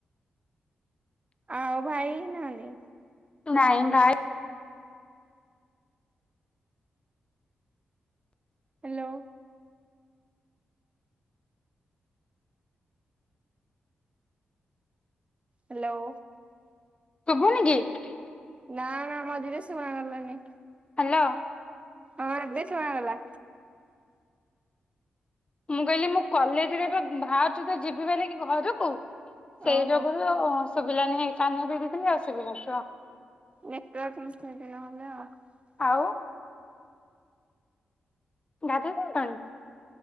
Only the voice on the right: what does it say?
ଆଉ ଭାଇ ନାହନ୍ତିି।
ହ୍ୟାଲୋ। ହ୍ୟାଲୋ।
ନା ନା ମଝିରେ ଶୁଣା ଗଲାନି।
ହଁ ଏବେ ଶୁଣାଗଲା।
ଓହୋ
ନେଟୱର୍କ <unintelligible>